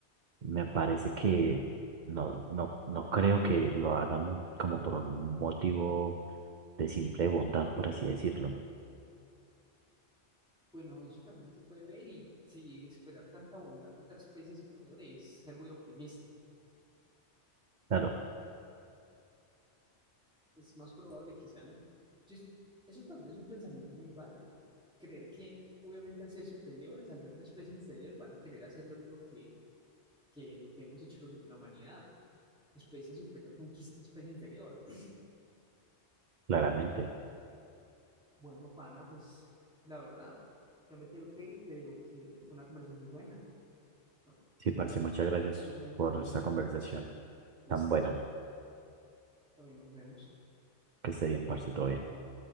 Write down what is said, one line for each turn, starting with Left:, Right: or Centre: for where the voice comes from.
Right: me parece que no, no, no creo que lo hagan como por un motivo de simple bondad, por así decirlo.
Centre: Bueno, eso también se puede ver y si esperar tanta bondad de otra especie superior es ser muy optimista.
Right: Claro,
Centre: Es más probable que sean... Entonces, eso también es un pensamiento muy válido. Creer que obviamente al ser superiores, al ver una especie inferior, van a querer hacer lo mismo que, que lo que hemos hecho los- la humanidad. Especie superior conquista especie inferior. <clears throat>
Right: claramente.
Centre: Bueno, pana, pues la verdad, ya me tengo que ir, pero que fue una conversación muy buena. ¿no?
Right: Sí, parce, muchas gracias
Centre: Estuvo muy entretenida.
Right: por esta conversación
Centre: Listo,
Right: tan buena.
Centre: todavía nos vemos.
Right: Que esté bien, parce, todo bien.
Centre: Igual.